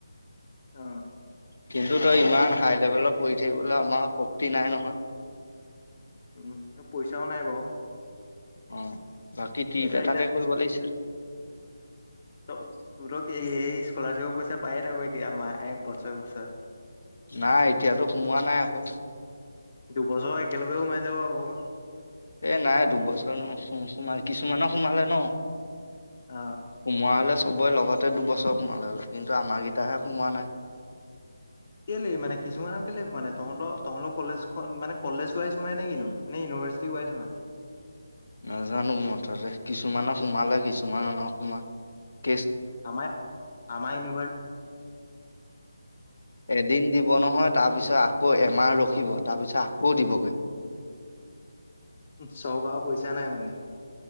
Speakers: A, on the left; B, on the left.
A: অ
B: কিন্তু তই, ইমান হায়াৰ লেবেলত পঢ়ি থাকিবলৈ আমাৰ শক্তি নাই নহয়।
A: উম, পইচাও নাই বাৰু।
B: অ', বাকী ট্ৰিপ
A: এটা
B: এটাকে
A: এতিয়া
B: কৰিব লাগিছিল।
A: ত' তোৰটো <unintelligible> স্কলাৰশ্বিপৰ পইচা পায়ে থাক' এতিয়া মাহ, এই বছৰে-বছৰে।
B: নাই, এতিয়াতো সোমোৱা নাই আকৌ।
A: দুবছৰ একেলগে সোমাই যাব আকৌ।
B: এ নাই, দুবছৰ <unintelligible> নোসোমাই! কিছুমানৰ সোমালে ন'।
A: অ।
B: সোমোৱা হলে চ সবৰে লগতে দুবছৰ সোমালে হ'ললে, কিন্তু আমাৰকেইটাহে সোমোৱা নাই।
A: কেলেই মানে কিছুমানৰ কেলে সোমানে তহঁত তঁৰ কলেজখন মানে কলেজ ৱাইজ সোমায় নে কিনো নে ইউনিভাৰ্চিটি ৱাইজ সোমাই?
B: নাজানো মুঠতে কিছুমানক সোমালে কিছুমানৰ ন সোমোৱাই কে
A: আম, আমাৰ ইনোভা
B: এদিন দিব নহয়। তাৰ পিছত আকৌ এমাহ ৰখিব, তাৰপিছত আকৌ দিবগে।
A: উম চৰকক পইচা নাই মানে।